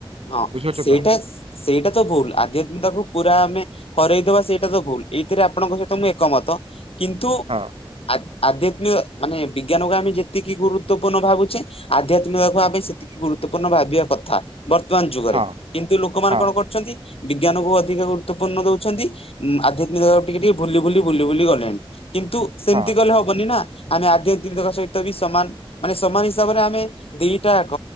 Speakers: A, on the left (about 80°); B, on the right (about 85°).
A: ହଁ
B: ବୁଝିପାରୁଛ
A: ସେଇଟା
B: ତ
A: ସେଇଟା ତ ଭୁଲ୍ ଆଧ୍ୟାତ୍ମିକତାକୁୁ ପୁରା ଆମେ ହରଇଦବା ସେଇଟା ତ ଭୁଲ୍, ଏଇଥିରେ ଆପଣଙ୍କ ସହିତ ମୁଁ ଏକମତ କିନ୍ତୁ
B: ହଁ।
A: ଆ ଆଧ୍ୟାତ୍ମିକ ମାନେ ବିଜ୍ଞାନକୁ ଆମେ ଯେତିକି ଗୁରୁତ୍ୱପୂର୍ଣ୍ଣ ଭାବୁଛେ ଆଧ୍ୟାତ୍ମିକତା କୁ ଆମେ ସେତିକି ଗୁରୁତ୍ୱପୂର୍ଣ୍ଣ ଭାବିବା କଥା, ବର୍ତ୍ତମାନ ଯୁଗରେ
B: ହଁ
A: କିନ୍ତୁ ଲୋକମାନେ
B: ହଁ
A: କଣ କରୁ ଛନ୍ତି, ବିଜ୍ଞାନ କୁ ଅଧିକ ଗୁରୁତ୍ୱପୂର୍ଣ୍ଣ ଦଉଛନ୍ତି ଉ ଆଧ୍ୟାତ୍ମିକ ଟିକେ ଟିକେ ଭୂଲି ଭୂଲି ଭୂଲି ଭୂଲି ଗଲେଣି, କିନ୍ତୁ ସେମିତି
B: ହଁ
A: ଗଲେ ହବନି ନା ଆମେ ଆଧ୍ୟ୍ୟଦିଦର ସହିତ ବି ସମାନ୍ ମାନେ ସମୟ ହିସାବରେ ଆମେ ଦିଟା ଯାକ